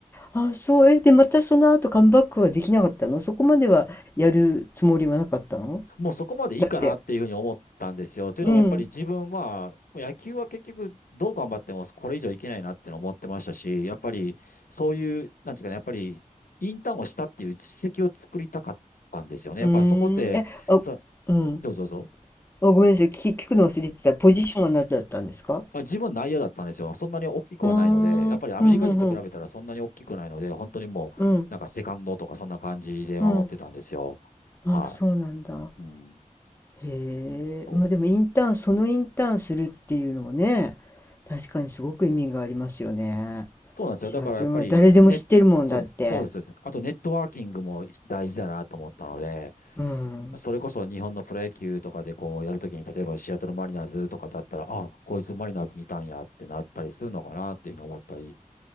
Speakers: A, on the left; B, on the left.
A: あ、そう。え、で、またその後カムバックはできなかったのそこまではやるつもりはなかったの
B: もうそこまでいいかなっていうふうに思ったんですよ。
A: だって。
B: というのもやっぱり自分は、
A: うん。
B: もう野球は結局どう頑張ってもこれ以上いけないなっての思ってましたし、やっぱりそういう、なんですかね、やっぱりインターンをしたっていう実績を作りたかったんですよね。
A: うーん。
B: やっぱりそこって、
A: え、あ、
B: そ、
A: うん。
B: どうぞどうぞ。
A: あ、ごめんなさい。聞、聞くの忘れてた。ポジションは何だったんですか
B: あ、自分内野だったんですよ。そんなに大きくはないので、
A: あー、
B: やっぱりアメリカ人と比べたらそんなに大きくないので、
A: うん、うん、うん。
B: 本当にもうなんかセカンドとかそんな感じで守ってたんですよ。
A: うん、うん。
B: は
A: あ、そうなんだ。
B: い。うん。
A: へえ、
B: そうです。
A: まあでもインターン、そのインターンするっていうのもね、確かにすごく意味がありますよね。
B: そうなんですよ。
A: シャトルが誰でも知ってるもんだって。
B: だからやっぱり、ね、そう、そうです。そうですあとネットワーキングも大事だなと思ったので、
A: うん、
B: それこそ日本のプロ野球とかでこうやるときに、例えばシアトルマリナーズとかだったら、あ、こいつマリナーズにいたんやってなったりするのかなっていうふうに思ったり、